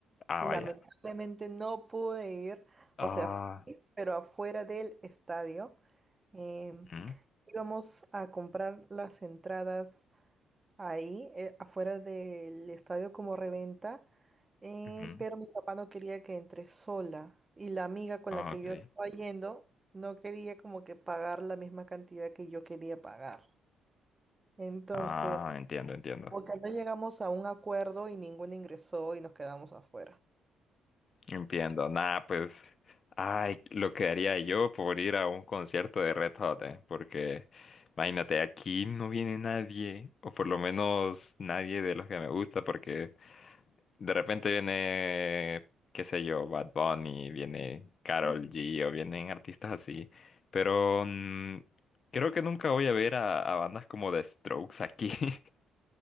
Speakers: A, on the left; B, on the right.
A: Ah,
B: Lamentablemente
A: vaya.
B: no pude ir,
A: Ah,
B: o sea, fui, pero afuera del estadio. em,
A: ujú,
B: íbamos a comprar las entradas ahí, eh, afuera del estadio como reventa, eh,
A: ujú.
B: pero mi papá no quería que entre sola y la amiga con
A: Ah,
B: la que
A: ok.
B: yo estaba yendo no quería como que pagar la misma cantidad que yo quería pagar. Entonces,
A: Ah, entiendo, entiendo.
B: porque no llegamos a un acuerdo y ninguno ingresó y nos quedamos afuera.
A: Entiendo, nada, pues, ay, lo que haría yo por ir a un concierto de Red Hot, eh, porque imagínate, aquí no viene nadie, o por lo menos nadie de los que me gusta, porque de repente viene, qué sé yo, Bad Bunny, viene Karol
B: ¿Mm?
A: G, o vienen artistas así, pero mm, creo que nunca voy a ver a, a bandas como The Strokes aquí, <laughs>